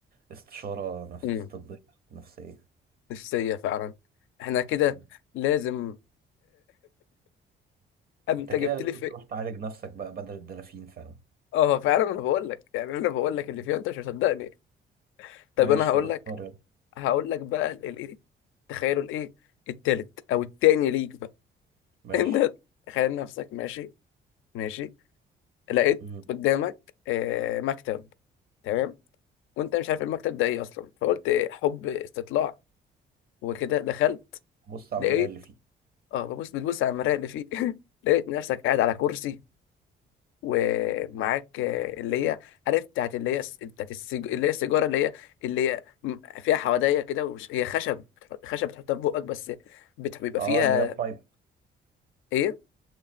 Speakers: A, on the right (about 50°); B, on the left (about 85°).
A: استشارة نفس
B: أمم،
A: طبية نفسية
B: نفسيه فعلا احنا كده
A: مم.
B: لازم <laughs> انت
A: انت كده
B: جبت
A: لازم
B: لي في
A: تروح تعالج نفسك بقى بدل الدلافين فعلا
B: اه فعلا انا بقول لك يعني انا بقول لك اللي فيها انت مش مصدقني طب
A: ماشي
B: انا هقول
A: طب اختار
B: لك
A: يلا.
B: هقول لك بقى الايه تخيلوا الايه التالت او التاني ليك بقى <laughs>
A: ماشي
B: انت تخيل نفسك ماشي ماشي لقيت
A: مم.
B: قدامك آه، مكتب تمام وانت مش عارف المكتب ده ايه اصلا فقلت إيه، حب استطلاع وكده دخلت
A: بص على
B: لقيت
A: المراية اللي فيه
B: اه ببص بتبص على المرايه اللي فيه <laughs> لقيت نفسك قاعد على كرسي ومعاك آه، اللي هي عارف بتاعت اللي هي الس- بتاعت السيج... اللي هي السيجاره اللي هي اللي هي م- فيها حوادية كده وش... هي خشب خشب بتحطها في بقك بس بت... بيبقى
A: اه
B: فيها
A: اللي هي بايب
B: ايه